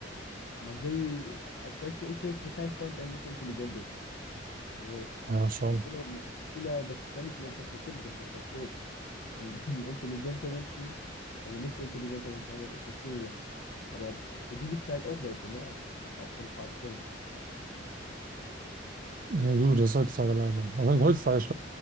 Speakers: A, on the left; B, on the right.
A: man will, als Beispiel, ich wünsche mir keinen Freund, der nicht so intelligent ist. So.
B: Ja, schon.
A: Ich will, ja- ich will ja, dass, wenn ich ihm etwas erzähle, dass er das versteht. Und <laughs> intelligente Menschen, also nicht so intelligente Menschen haben das etwas schwieriger. Aber für die gibt es halt auch Leute, ne? Auch wenn es hart klingt.
B: Nee, du, das
A: Das-
B: ist heutzutage leider. Was heißt heutzutage? Ich